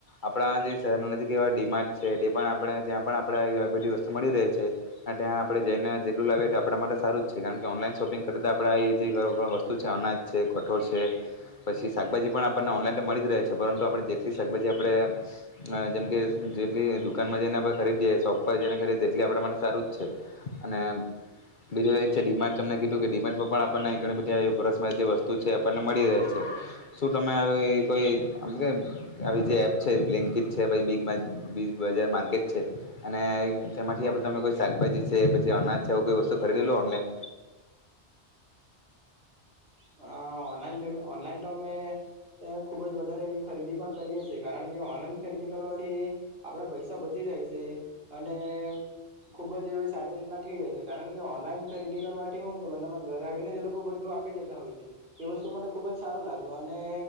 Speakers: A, on the left (about 45°); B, on the right (about 55°).
A: આપણા જે શહેરના નજીક એવા ડીમાર્ટ છે, તે પણ આપણે ત્યાં પણ આપણે બધી વસ્તુ મળી રહે છે અને ત્યાં આપણે જઈને જેટલું લાવીએ તો આપણા માટે સારું જ છે કારણ કે ઓનલાઈન શોપિંગ કરતા આપણે એ ઘર વપરાશ વસ્તુ છે, અનાજ છે, કઠોળ છે, પછી શાકભાજી પણ આપણને ઓનલાઈન તો મળી જ રહે છે, પરંતુ આપણે જેટલી શાકભાજી આપણે જેમકે જેટલી દુકાનમાં જઈને આપણે ખરીદીએ, શોપ પર જઈને ખરીદીએ તેટલી આપડા માટે સારું જ છે અને બીજું એ જ છે ડીમાટ તમને કીધું કે ડીમાટમાં પણ નાય ઘણી બધી ઘર વપરાશ વસ્તુ છે. આપણને મળી રહે છે. શું તમે આવી કોય આમ આવી એપ છે બ્લિંકિટ છે, બિગ બજાર માર્કેટ છે અને તેમાંથી તમે કોઈ શાકભાજી છે, કે અનાજ છે એવું વસ્તુ ખરીદેલુ ઓનલાઇન.
B: અ ઓનલાઈન પેમે ઓનલાઈન તો અમે ખુબ જ વધારે એવી ખરીદી પણ કરીએ છીએ કારણ કે ઓનલાઈન ખરીદી કરવાથી, આપડા પૈસા બચી જાય છે અને ખુબ જ એવી સારી રીતના થઈ જાય છે, કારણ કે ઓનલાઈન ખરીદી કરવાથી કે હુ મતલબ ઘરે આવીને એ લોકો બધું આપી જ માંગવેલી. એ વસ્તુ માટે ખુબ સારું લાગ્યું અને